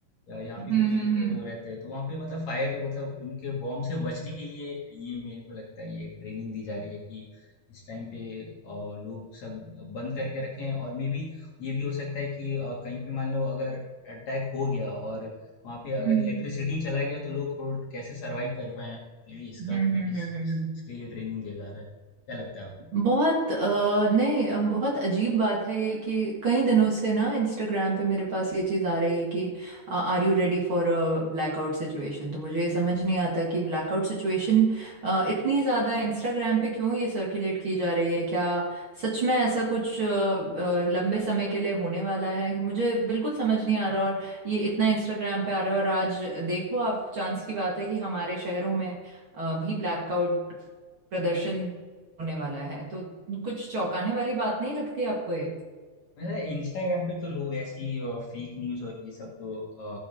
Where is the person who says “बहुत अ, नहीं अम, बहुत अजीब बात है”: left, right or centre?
Right